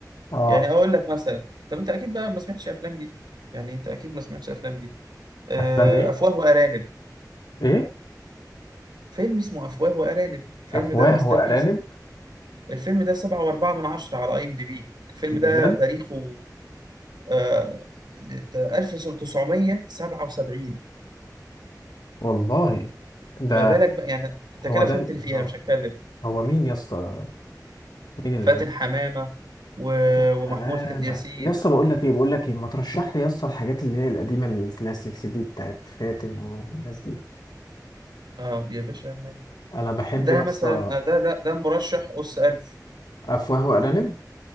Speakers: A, on the left (about 70°); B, on the right (about 80°).
A: اه
B: يعني اقول لك مثلا طب انت اكيد بقى ما سمعتش افلام دي يعني انت اكيد ما سمعتش افلام دي آه،
A: افلام ايه
B: افواه وارانب
A: ايه
B: فيلم اسمه افواه وارانب الفيلم
A: افواه
B: ده ماستر
A: وارانب
B: بيس الفيلم ده سبعة وأربعة من عشرة على اي ام دي بي الفيلم
A: بجد
B: ده تاريخه آه، 1977
A: والله ده
B: ما بالك بقى يعني انت كده
A: هو ده
B: فهمت اللي فيه
A: آه،
B: انا مش هتكلم
A: هو مين يا اسطى مين اللي
B: فاتن
A: عمل؟
B: حمامة و...
A: حسن
B: ومحمود
A: حمامة
B: ح- ياسين
A: يا اسطى بقول لك ايه بقول لك ايه ما ترشح لي يا اسطى الحاجات اللي هي القديمه الكلاسيك سي دي بتاعت فاتن والناس دي
B: اه يا باشا نايم.
A: انا بحب
B: ده
A: يا
B: مثلا
A: اسطى
B: آه، ده ده ده مرشح أس ألف
A: افواه وارانب